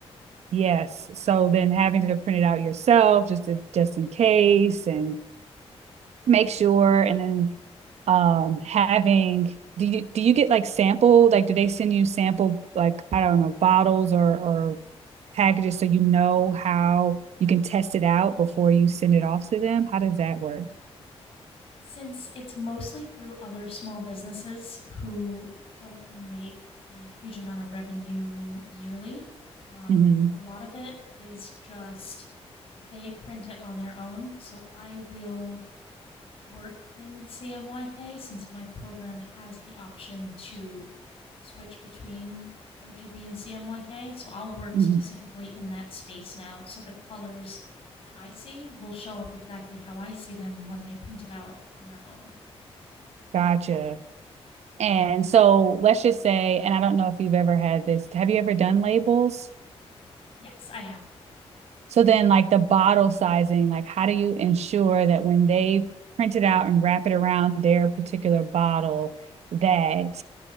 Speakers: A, on the right; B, on the left.
A: Yes. So then having to print it out yourself just to, just in case and make sure and then um having do you do you get like sample like do they send you sample like I don't know bottles or or packages so you know how you can test it out before you send it off to them? How does that work?
B: since it's mostly through other small businesses who don't make a huge amount of revenue yearly, um,
A: hmm
B: a lot of it is just they print it on their own. So I will work in CMYK since my program has the option to switch between RGB and CMYK. So I'll work
A: hmm
B: specifically in that space now. So the colors that I see will show up exactly how I see them when they print it out on their own.
A: Gotcha. And so let's just say, and I don't know if you've ever had this. Have you ever done labels?
B: Yes, I have.
A: So then like the bottle sizing, like how do you ensure that when they print it out and wrap it around their particular bottle that